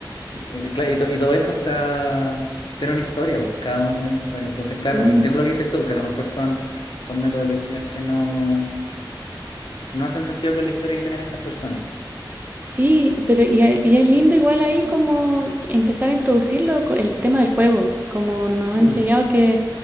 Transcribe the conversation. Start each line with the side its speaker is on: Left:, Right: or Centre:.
Left: eh, claro, y, to- y todo eso está, tiene una historia, pues, cada uno tiene una historia. Entonces, claro,
Right: sí.
Left: entiendo lo que dices tú, porque a lo mejor son, son metodologías que no, no hacen sentido con la historia que tienen estas personas. pues.
Right: Sí, pero y, e- y es lindo igual ahí como empezar a introducirlo, co- el tema del juego, como nos
Left: Mm.
Right: han enseñado que